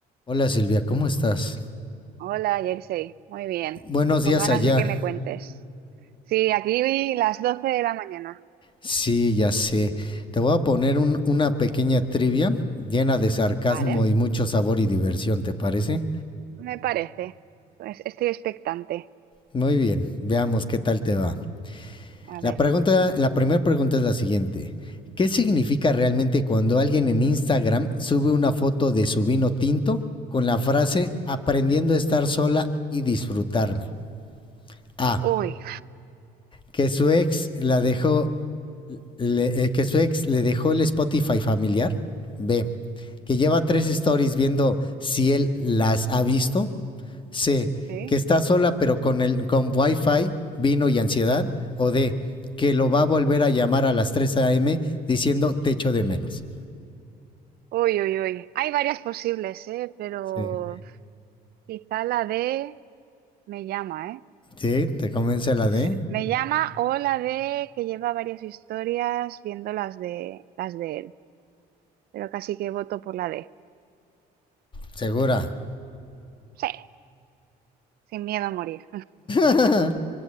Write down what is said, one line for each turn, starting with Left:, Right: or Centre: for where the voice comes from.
Left: Hola Silvia, ¿cómo estás?
Right: Hola, Jersey. Muy bien.
Left: Buenos días
Right: Con ganas
Left: allá.
Right: de que me cuentes. Sí, aquí vi las 12 de la mañana.
Left: Sí, ya sé. Te voy a poner un- una pequeña trivia llena de sarcasmo
Right: Vale,
Left: y mucho sabor y diversión, ¿te parece?
Right: me parece. Pues estoy expectante.
Left: Muy bien, veamos qué tal te va.
Right: A
Left: La
Right: ver.
Left: pregunta, la primera pregunta es la siguiente. ¿Qué significa realmente cuando alguien en Instagram sube una foto de su vino tinto con la frase aprendiendo a estar sola y disfrutarme? A.
Right: Uy,
Left: que su ex la dejó, le- eh, que su ex le dejó el Spotify familiar. B, que lleva tres stories viendo si él las ha visto. C,
Right: <laughs> sí.
Left: que está sola pero con el con Wi-Fi vino y ansiedad. O D, que lo va a volver a llamar a las 3 a.m. diciendo te echo de menos.
Right: Uy, uy, uy. Hay varias posibles, ¿eh? Pero
Left: Sí.
Right: quizá la de me llama, ¿eh?
Left: Sí, te convence la
Right: Sí,
Left: D.
Right: Me llama o la de que lleva varias historias viendo las de las de él. Pero casi que voto por la D.
Left: Segura.
Right: Sí, sin miedo a morir.
Left: Ah,